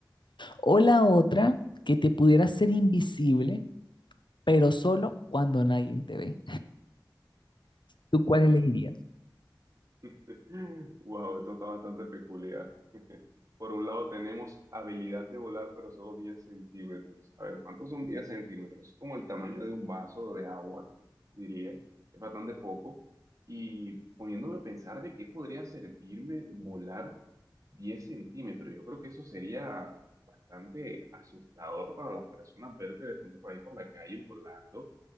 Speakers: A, on the left (about 80°); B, on the right (about 40°).
A: O la otra, que te pudieras ser invisible, pero solo cuando nadie te ve. ¿Tú cuál elegirías?
B: <laughs> Wow, esto está bastante peculiar. Por un lado tenemos habilidad de volar, pero solo 10 centímetros. A ver, ¿cuántos son 10 centímetros? Es como el tamaño de un vaso de agua, diría. Es bastante poco. Y poniéndome a pensar de qué podría servirme volar 10 centímetros, yo creo que eso sería bastante asustador para las personas verte de pronto por ahí por la calle volando.